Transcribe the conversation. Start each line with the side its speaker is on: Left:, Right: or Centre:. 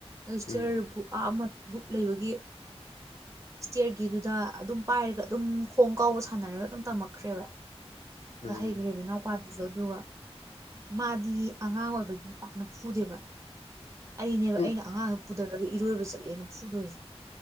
Right: ꯑꯗꯨ
Left: ꯎꯝ
Right: ꯆꯤꯌꯔꯕꯨ ꯑ ꯑꯃ ꯕꯨꯛ ꯂꯩꯕꯒꯤ ꯏꯁꯇꯤꯌꯔꯒꯤꯗꯨꯗ ꯑꯗꯨꯝ ꯄꯥꯏꯔꯒ ꯑꯗꯨꯝ ꯈꯣꯡ ꯀꯥꯎꯕ ꯁꯥꯟꯅꯔꯒ ꯑꯗꯨꯝ ꯇꯝꯃꯛꯈ꯭ꯔꯦꯕ
Left: ꯎꯝ
Right: ꯑꯗ ꯍꯩꯈ꯭ꯔꯦ ꯏꯕꯤꯅꯥꯎꯄꯥꯗꯨꯁꯨ ꯑꯗꯨꯒ ꯃꯥꯗꯤ ꯑꯉꯥꯡ ꯑꯣꯏꯕꯒꯤ ꯄꯥꯛꯅ ꯐꯨꯗꯦꯕ ꯑꯩꯅꯦꯕ
Left: ꯎꯝ
Right: ꯑꯩꯅ ꯑꯉꯥꯡ ꯐꯨꯊꯔꯛꯒ ꯏꯔꯣꯏꯕ ꯆꯠꯂꯦꯅ ꯐꯨꯗꯣꯏꯁꯦ